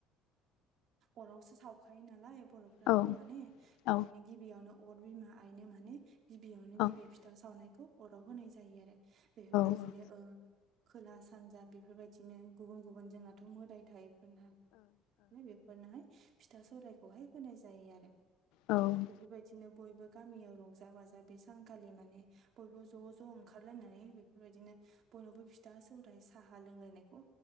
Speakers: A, on the right; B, on the left.
A: अरावसो सावखायो नालाय बर'फ्राथ'
B: ओं औ ओं
A: माने
B: औ
A: बेखायनो गिबियावनो अर बिमा आइनो माने गिबियावनो गिबि
B: औ ओं
A: फिथा सावनायखौ अराव होनाय जायो आरो । बेफोरबायदिनो
B: औ
A: ओ खोला सानजा बेफोरबायदिनो गुबुन गुबुन जोंनाथ' मोदाय थायो नो बेफोरनोहाय फिथा सौरायखौहाय होनाय जायो आरो
B: ओ ओ औ उम
A: बेफोरबायदिनो बयबो गामियाव रंजा बाजा बे सानखालि माने बयबो ज' ज' ओंखारलायनानै बेफोरबायदिनो बयनावबो फिथा सौरायाइ साहा लोंलायनायखौ